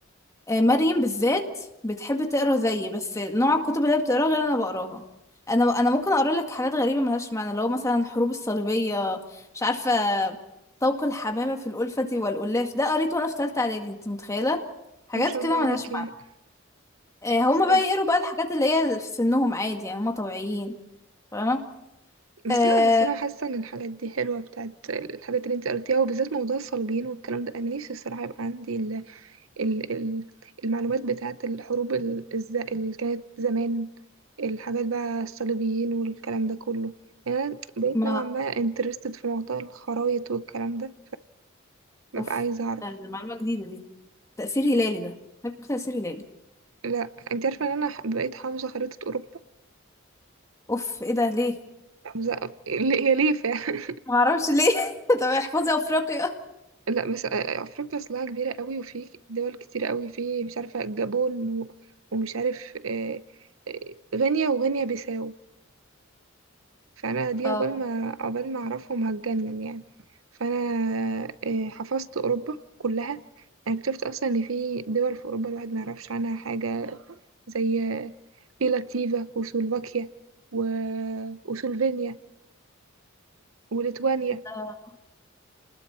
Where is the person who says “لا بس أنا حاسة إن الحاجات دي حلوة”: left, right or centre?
Right